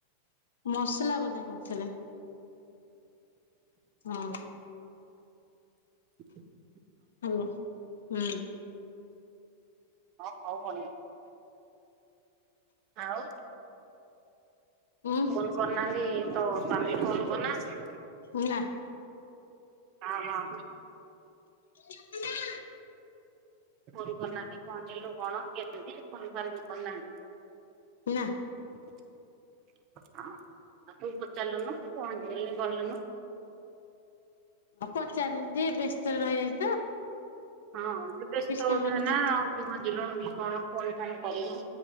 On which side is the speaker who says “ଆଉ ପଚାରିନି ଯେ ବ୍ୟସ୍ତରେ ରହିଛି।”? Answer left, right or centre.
Left